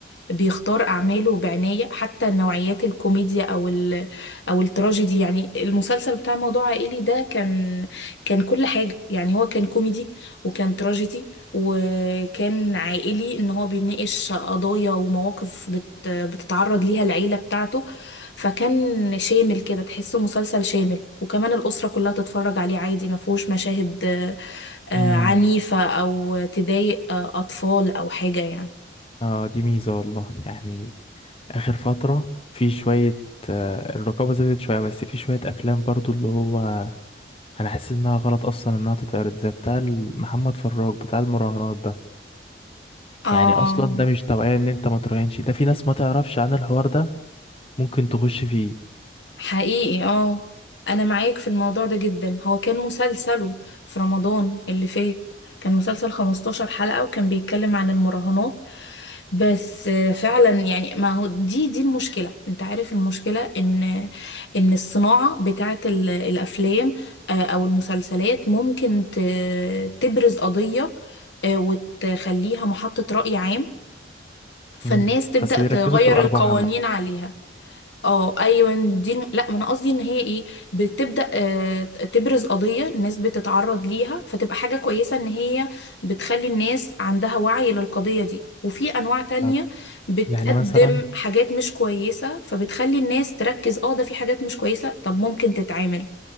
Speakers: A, on the left; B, on the left.
A: بيختار أعماله بعناية حتى نوعيات الكوميديا أو ال أو التراجيدي يعني المسلسل بتاع موضوع عائلي ده كان كان كل حاجة يعني هو كان كوميدي وكان تراجيدي وكان عائلي إن هو بيناقش قضايا ومواقف بت بتتعرض ليها العيلة بتاعته فكان شامل كده تحسه مسلسل شامل وكمان الأسرة كلها تتفرج عليه عادي ما فيهوش مشاهد آه، آه،
B: امم
A: عنيفة أو تضايق آه، أطفال أو حاجة يعني
B: اه دي ميزه والله يعني اخر فتره في شويه آه الرقابه زادت شويه بس في شويه افلام برضو اللي هو انا حاسس انها غلط اصلا انها تتعرض زي بتاع ال- محمد فراج بتاع المراهنات ده
A: آه
B: يعني اصلا ده مش توعية ان انت ما تراهنش ده في ناس ما تعرفش عن الحوار ده ممكن تخش فيه
A: حقيقي اه انا معاك في الموضوع ده جدا هو كان مسلسله في رمضان اللي فات كان مسلسل 15 حلقة وكان بيتكلم عن المراهنات بس آه، فعلا يعني ما هو دي دي المشكلة انت عارف المشكلة ان ان الصناعة بتاعت ال- الافلام آه، او المسلسلات ممكن ت- تبرز قضية آه، وتخليها محطة رأي عام فالناس
B: مم.
A: تبدأ
B: بس بيركزوا
A: تغير
B: في الارباح
A: القوانين
B: عامة
A: عليها اه ايوه دي الم... لا ما انا قصدي ان هي ايه بتبدا آه، تبرز قضيه الناس بتتعرض ليها فتبقى حاجه كويسه ان هي بتخلي الناس عندها وعي للقضيه دي وفي انواع تانية
B: طب
A: بتقدم
B: يعني مثلا
A: حاجات مش كويسه فبتخلي الناس تركز اه ده في حاجات مش كويسه طب ممكن تتعامل